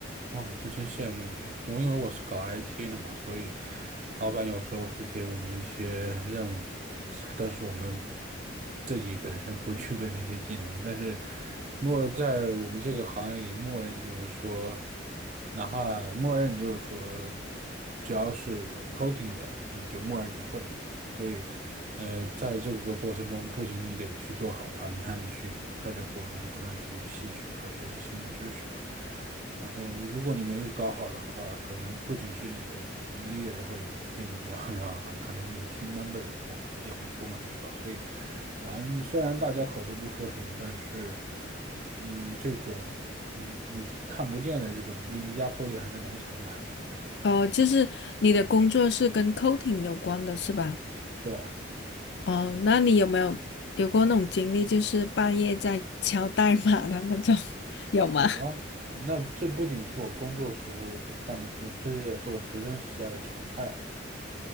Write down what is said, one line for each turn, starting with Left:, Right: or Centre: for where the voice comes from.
Right: 哦，这真羡慕你。我以为我是搞 IT 的嘛，所以老板有时候会给我们一些任务，但是我们自己本身不具备那些技能。但是默在我们这个行业里，默认就是说，哪怕默认就是说，只要是 coding 的，你就默认你会。所以，呃，在这个过程中，不仅你得去做好它，你还得去在这个过程中不断去吸取和学习新的知识吧。然后，如果你没有搞好的话，可能不仅是你的 leader 会跟你聊聊啊，可能你的 team member 也不不也会不满意吧。所以，蛮虽然大家口都不说什么，但是，嗯，这种隐你看不见的这种压迫力还是蛮强的。
Left: 哦，就是你的工作是跟 c o a t i n g 有关的是吧？
Right: 对啊
Left: 哦，那你有没有有过那种经历，就是半夜在敲代码的那种，<laughs> 有吗？
Right: 有啊。那这不仅是我工作时候干的事，这也是我学生时代的常态。